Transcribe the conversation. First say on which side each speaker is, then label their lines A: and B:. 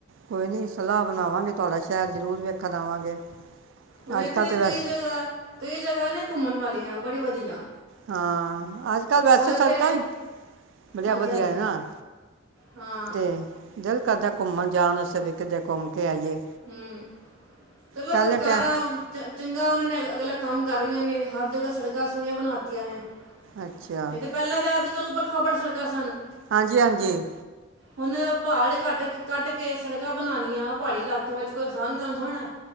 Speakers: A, on the right (about 65°); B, on the right (about 85°).
A: ਕੋਈ ਨਹੀਂ ਸਲਾਹ ਬਣਾਵਾਂਗੇ, ਤੁਹਾਡਾ ਸ਼ਹਿਰ ਜ਼ਰੂਰ ਵੇਖਣ ਆਵਾਂਗੇ।
B: ਹੁਣ ਇੱਥੇ
A: ਅੱਜ ਕੱਲ ਤੇ ਵੈਸੇ
B: ਕਈ ਜਗ੍ਹਾ ਕਈ ਜਗ੍ਹਾ ਨੇ ਘੁੰਮਣ ਵਾਲੀਆਂ ਬੜੀ ਵਧੀਆ,
A: ਹਾਂ, ਅੱਜ ਕੱਲ੍ਹ ਵੈਸੇ
B: ਉਹ
A: ਸੜਕਾਂ
B: ਤੇ
A: ਹੀ ਬੜੀਆਂ
B: ਹਾਂਜੀ
A: ਵਧੀਆ
B: ਹਾਂਜੀ
A: ਹੈ, ਨਾ
B: ਹਾਂ
A: ਤੇ ਬਿਲ ਕਦੇ ਘੁੰਮਣ ਜਾਣ ਵਾਸਤੇ ਕਿਤੇ ਘੁੰਮ ਕੇ ਆਈਏ
B: ਹੂੰ, ਚਲੋ
A: ਪਹਿਲੇ
B: ਸਰਕਾਰਾਂ
A: ਟਾਈਮ
B: ਚੰਗਾ ਉਹਨਾਂ ਨੇ ਅਗਲਾ ਕੰਮ ਕਰ ਰਹੀਆਂ ਨੇ ਹਰ ਜਗ੍ਹਾ ਸੜਕਾਂ ਸੋਹਣੀਆਂ ਬਣਾਤੀਆਂ ਨੇ, ਨਹੀਂ
A: ਅੱਛਾ
B: ਤੇ ਪਹਿਲਾਂ ਤੇ ਅੱਜ, ਉਬਰ ਖਬੜ ਸੜਕਾ ਸਨ
A: ਹਾਂਜੀ-ਹਾਂਜੀ,
B: ਹੁਣ ਪਹਾੜ ਕੱਟ ਕੱਢ ਕੇ ਸੜਕਾਂ ਬਣਾਣੀਆਂ ਪਹਾੜੀ ਇਲਾਕੇ ਵਿੱਚ ਕੋਈ ਆਸਾਨ ਕੰਮ ਥੋੜਾ ਨਾ,